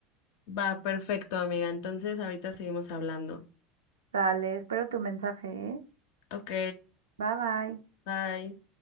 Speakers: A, on the left; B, on the right.
A: Va, perfecto, amiga, entonces ahorita seguimos hablando.
B: Dale, espero tu mensaje, ¿eh?
A: Ok,
B: Bye bye.
A: bye.